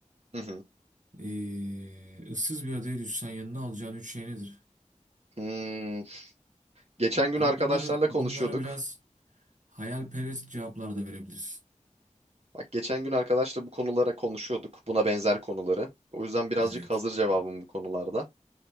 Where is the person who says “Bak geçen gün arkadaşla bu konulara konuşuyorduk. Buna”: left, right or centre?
Right